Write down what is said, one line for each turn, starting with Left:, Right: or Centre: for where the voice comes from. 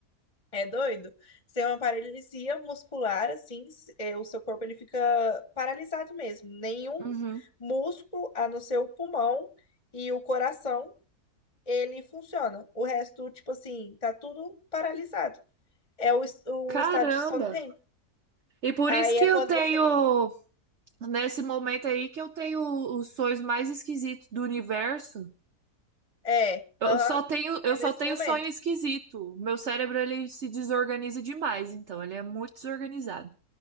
Left: é doido? Você é uma paralisia muscular, assim, s- é, o seu corpo ele fica paralisado mesmo. Nenhum
Right: Uhum.
Left: músculo, a não ser o pulmão e o coração, ele funciona. O resto, tipo assim, tá tudo paralisado. É o, es- o
Right: Caramba.
Left: estado de sono REM.
Right: E por
Left: Aí
Right: isso que
Left: é
Right: eu
Left: quando
Right: tenho,
Left: você.
Right: nesse momento aí, que eu tenho os sonhos mais esquisitos do universo.
Left: É,
Right: Eu
Left: aham,
Right: só tenho, eu
Left: é
Right: só
Left: nesse
Right: tenho
Left: momento.
Right: sonho esquisito. Meu cérebro ele se desorganiza demais, então ele é muito desorganizado,